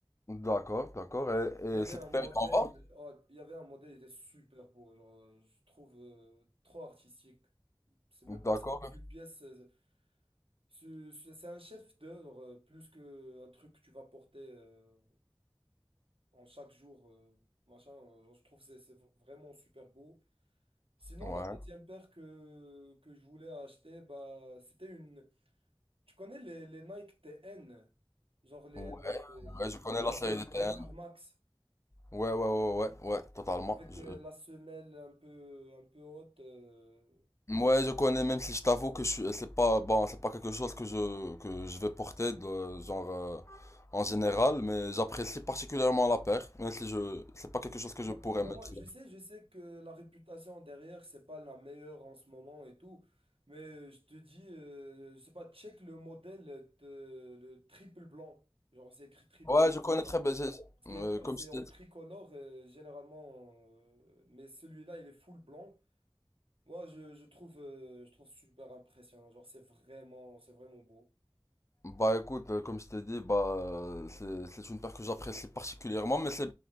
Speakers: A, on the left; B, on the right.
A: d'accord, d'accord. Et, et
B: Il y avait
A: cette
B: un modèle,
A: paire est en vente?
B: ouais, il y avait un modèle, il est super beau, genre, je trouve euh, trop artistique. C'est même pas
A: D'accord.
B: c'est une pièce, euh, c'est c'est- c'est un chef d'œuvre euh, plus qu'un truc que tu vas porter euh, en chaque jour, euh, machin. euh, je trouve que c'est c'est vraiment super beau. Sinon,
A: Ouais,
B: la deuxième paire que, que je voulais acheter, bah, c'était une. Tu connais les, les Nike TN, genre les,
A: ouais,
B: les, les, les,
A: ouais, je
B: les
A: connais la série
B: V-
A: des TN.
B: les Vapor Max.
A: Ouais, ouais, ouais, ouais, ouais, totalement.
B: Avec
A: Je...
B: euh, la semelle un peu, un peu haute. euh,
A: Ouais, je connais, même si je t'avoue que je suis, c'est pas, bon, c'est pas quelque chose que je, que je vais porter de, genre, euh, en général, mais j'apprécie particulièrement la paire, même si je, c'est pas quelque chose que
B: bah,
A: je pourrais
B: crois-moi,
A: mettre.
B: je sais, je sais que la réputation derrière, c'est pas la meilleure en ce moment et tout. Mais je te dis, euh, je sais pas, check le modèle, euh, le triple blanc. Genre, c'est écrit triple.
A: Ouais, je connais très bien, j'ai-
B: Parce qu'il
A: euh,
B: y a, tr-
A: comme
B: c'est
A: je
B: en
A: t'ai
B: tricolore, euh, généralement. euh, mais celui-là, il est full blanc. Moi, je, je trouve, euh, je trouve super impressionnant. Genre, c'est vraiment, c'est vraiment beau.
A: Bah écoute, euh, comme je t'ai dit, bah euh, c'est c'est une paire que j'apprécie particulièrement, mais c'est